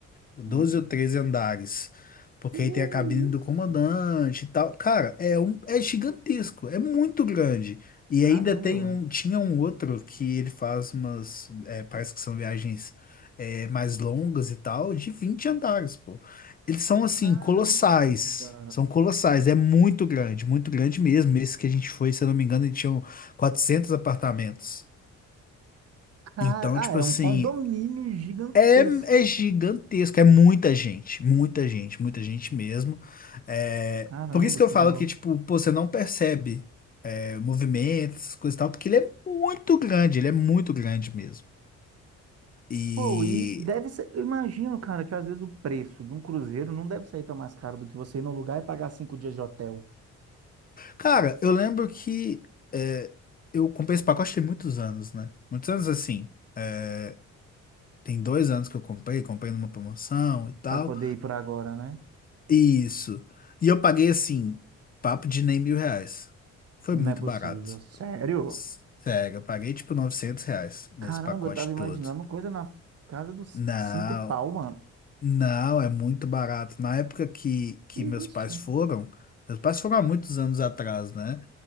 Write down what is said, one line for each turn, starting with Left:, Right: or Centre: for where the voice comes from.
Left: doze
Right: Hum.
Left: ou treze andares. Porque
Right: Que
Left: aí tem a cabine
Right: isso?
Left: do comandante e tal. Cara, é um, é gigantesco, é muito grande. E
Right: Caramba.
Left: ainda tem um, tinha um outro que ele faz umas, é, parece que são viagens é, mais longas e tal, de 20 andares, pô. Eles são assim,
Right: Caramba.
Left: colossais. São colossais, é muito grande, muito grande mesmo. Esse que a gente foi, se eu não me engano, ele tinha 400 apartamentos.
Right: Cara,
Left: Então, tipo
Right: ah, é
Left: assim,
Right: um condomínio gigantesco.
Left: é, é gigantesco, é muita gente, muita gente, muita gente mesmo. É,
Right: Caramba,
Left: por isso que
Right: que
Left: eu falo
Right: da hora.
Left: que, tipo, pô, você não percebe é, movimentos, coisa e tal, porque ele é muito grande, ele é muito grande mesmo. E,
Right: Pô, e deve ser. Eu imagino, cara, que às vezes o preço de um cruzeiro não deve sair tão mais caro do que você ir no lugar e pagar cinco dias de hotel
Left: cara, eu lembro que é, eu comprei esse pacote tem muitos anos, né? Muitos anos assim. é, Tem dois anos que eu comprei, comprei numa promoção e tal.
Right: para poder ir por agora, né?
Left: Isso. E eu paguei assim, papo de nem mil reais. Foi
Right: Não
Left: muito
Right: é possível.
Left: barato.
Right: Sério?
Left: Sério, eu paguei tipo 900 reais nesse
Right: Caramba,
Left: pacote
Right: eu tava imaginando
Left: todo.
Right: coisa na casa dos
Left: Não,
Right: cinco pau, mano.
Left: não, é muito barato. Na época que, que
Right: Que isso?
Left: meus pais foram, meus pais foram há muitos anos atrás, né?